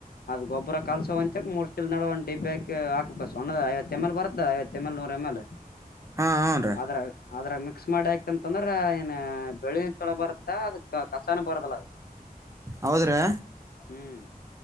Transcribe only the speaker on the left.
ಅದ್ ಗೊಬ್ಬರ ಕಲ್ಸ ಒಂತ ಮುರ್ಚಿಲ್ ನಡುವ ಡಿಬ್ಬ್ಯಾಕಿ ಹಾಕಪ ಸಣ್ಣದ ಐವತ್ತು ಎಮ್, ಎಲ್ ಬರತ್ತ ಐವತ್ತು ಎಮ್, ಎಲ್, ನೂರ್ ಎಮ್, ಎಲ್
ಆದದ್ರ ಅದ್ರಗ ಮಿಕ್ಸ್ ಮಾಡಿ ಆಕಿತಂತಂದ್ರ ಏನ್ ಬೆಳಿನ ಚೋಲಬರುತ್ತಾ ಅದ ಕಸಾನು ಪರದಿಲ್ಲ ಅ
ಹ್ಮ್,